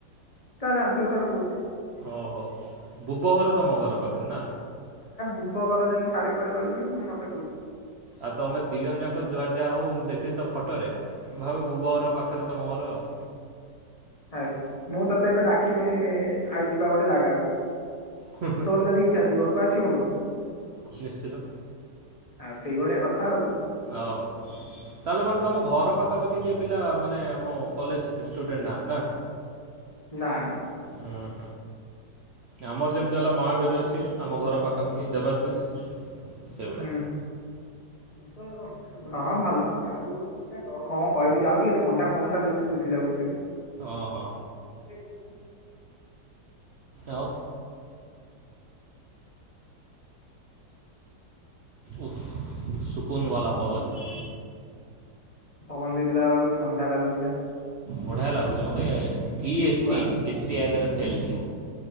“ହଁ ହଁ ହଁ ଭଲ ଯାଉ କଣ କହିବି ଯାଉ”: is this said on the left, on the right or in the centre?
Left